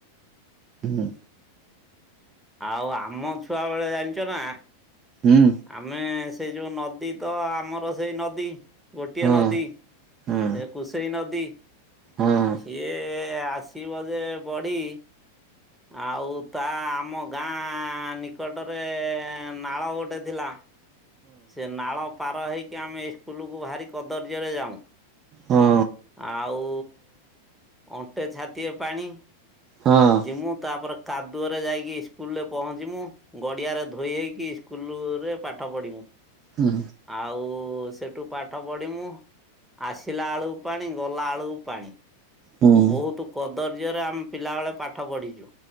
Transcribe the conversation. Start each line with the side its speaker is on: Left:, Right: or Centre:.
Right: ହୁଁ।
Centre: ଆଉ ଆମ ଛୁଆ ବେଳେ ଜାଣିଚ ନା
Right: ହୁଁ
Centre: ଆମେ ସେ ଯୋଉ ନଦୀ ତ ଆମର ସେଇ ନଦୀ ଗୋଟିଏ
Right: ହଁ
Centre: ନଦୀ।
Right: ହଁ
Centre: ଏ କୁସେଇ ନଦୀ।
Right: ହଁ
Centre: ସିଏ ଆସିବ ଯେ ବଢି ଆଉ ତା ଆମ ଗାଁ ନିକଟରେ ନାଳ ଗୋଟେ ଥିଲା। ସେ ନାଳ ପାର ହେଇକି ଆମେ ଏଇ ସ୍କୁଲକୁ ଭାରି କଦର୍ଯ୍ୟରେ ଯାଉଁ
Right: ହଁ
Centre: ଆଉ ଅଣ୍ଟେ ଛାତିଏ ପାଣି
Right: ହଁ ହଁ
Centre: ଯିମୁଁ ତାପରେ କାଦୁଅରେ ଯାଇକି ସ୍କୁଲରେ ପହଞ୍ଚିମୁ ଗଡ଼ିଆରେ ଧୋଇ ହେଇକି ସ୍କୁଲରେ ପାଠ ପଢ଼ିମୁ।
Right: ହୁଁ
Centre: ଆଉ ସେଠୁ ପାଠ ପଢିମୁୁ। ଆସିଲା ଆଳୁକୁ ପାଣି ଗଲା ଆଳୁକୁ ପାଣି।
Right: ହୁଁ
Centre: ବହୁତ କଦର୍ଯ୍ୟରେ ଆମେ ପିଲାବେଳେ ପାଠ ପଢିଛୁ।